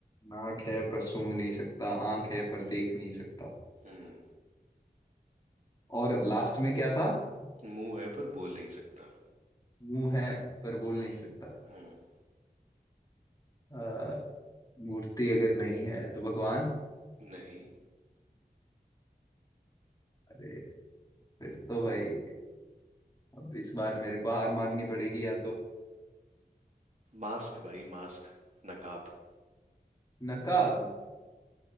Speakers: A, on the left; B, on the right.
A: नाक है पर सूंघ नहीं सकता आंख है पर देख नहीं सकता
B: हम्म
A: और लास्ट में क्या था
B: मुंह है पर बोल नहीं सकता
A: मुंह है पर बोल नहीं सकता
B: हम्म
A: अ, मूर्ति अगर नहीं है तो भगवान
B: नहीं
A: अरे फिर तो भाई अब इस बार मेरे को हार माननी पड़ेगी या तो
B: मास्क भाई मास्क नकाब
A: नकाब